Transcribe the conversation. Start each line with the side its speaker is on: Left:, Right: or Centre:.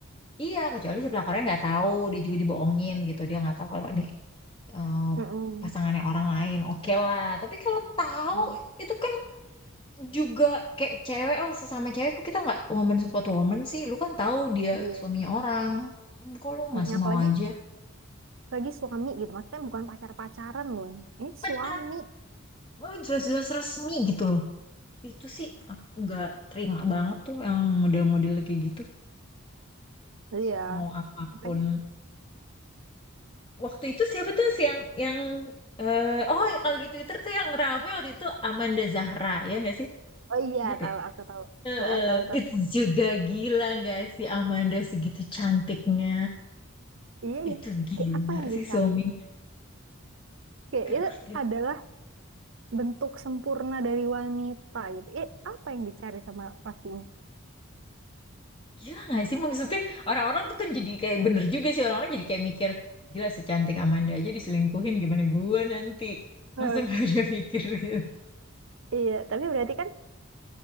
Left: iya, kecuali si pelakornya nggak tahu, dia juga dibohongin gitu, dia nggak tahu kalau nih eh,
Right: Mm-mm.
Left: pasangannya orang lain. Oke lah, tapi kalau tahu
Right: Mm-mm.
Left: itu kan juga kayak cewek lah sesama cewek kok kita nggak woman support woman sih. Lu kan tahu dia
Right: Iya.
Left: suaminya orang. Kok lu
Right: Mm-mm.
Left: masih
Right: Apalagi
Left: mau aja?
Right: lagi suami gitu. Maksudnya bukan pacar-pacaran loh. Ini
Left: Benar,
Right: suami.
Left: Oh, jelas-jelas resmi gitu loh. Itu sih aku nggak terima banget tuh yang model-model kayak gitu.
Right: Iya.
Left: Mau apapun.
Right: Makanya.
Left: Waktu itu siapa tuh sih yang yang eh oh ya kalau di Twitter tuh yang rame waktu itu Amanda Zahra ya nggak sih?
Right: Oh iya,
Left: Ingat
Right: tahu
Left: ya?
Right: aku tahu.
Left: Eh,
Right: Heeh,
Left: eh,
Right: tahu tahu.
Left: itu juga gila nggak sih Amanda segitu cantiknya.
Right: Iya, iya.
Left: Itu gila
Right: Kayak apa yang
Left: sih
Right: dicari?
Left: suaminya.
Right: Kayak
Left: Gak
Right: itu
Left: ngerti lah.
Right: adalah bentuk sempurna dari wanita gitu. Eh, apa yang dicari sama pastinya?
Left: Gila gak sih maksudnya orang-orang tuh kan jadi kayak bener juga sih orang-orang jadi kayak mikir gila secantik Amanda aja diselingkuhin gimana gua nanti
Right: Heeh.
Left: langsung pada <laughs> mikir gitu.
Right: Iya, tapi berarti kan